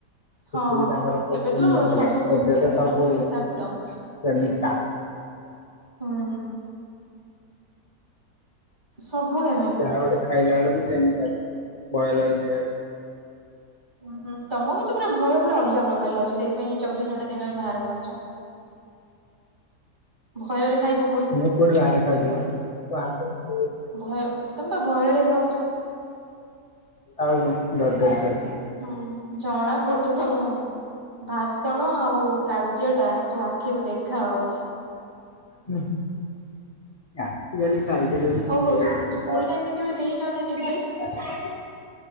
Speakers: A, on the right; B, on the left.
A: ହଁ
B: ସେତିକି ତାଙ୍କର ପ୍ରୋଟିନ
A: ଏବେ ତ
B: ମିଳୁଥିଲା
A: ସବୁ
B: ଏବେ ତ ସବୁ
A: ବିଷାକ୍ତ।
B: ପ୍ରମିକା
A: ହୁଁ ସବୁ କେମିକାଲ।
B: ଯାହା ଗୋଟେ ଖାଇଲା ବେଳକୁ କେମିକାଲ ଭୟ ଲାଗୁଛି ଖାଇବାକୁ।
A: ଉୁଁ ହୁଁ ତମକୁ ତ ପୁରା ଭୟ ପୁରା ଅଲଗା ପ୍ରକାର ଲାଗୁଛି ସେଇଥିପାଇଁ ଚବିଶ ଘଣ୍ଟା ଦିନରେ ବାହାରେ ଖାଉଛ। ଭୟରେ ଖାଇବ।
B: ମୁଁ କୁଆଡେ ବାହାରେ ଖାଉଛି ବା। <unintelligible>
A: ଭୟ ତମେ ବା ଭୟରେ ଖାଉଛ।
B: ଆଉ <unintelligible> ଡରି ଡରି ଖାଉଛି।
A: ହୁଁ ଜଣା ପଡୁଛି ତମ ଭାଷଣ ଆଉ କାର୍ଯ୍ୟଟା ତୋ ଆଖିକୁ ଦେଖାହଉଛି।
B: ହୁଁ, ଆଜିିକାଲି ଖାଇଦେଲି ବୋଲି
A: ହଉ
B: ପଠେଇ
A: ହଉ
B: ଦେଲେ
A: ସ୍କୁଲ
B: ତାକୁ
A: ଟାଇମରେ କେବେ ଦେଇଛ ନା ଡିବେଟ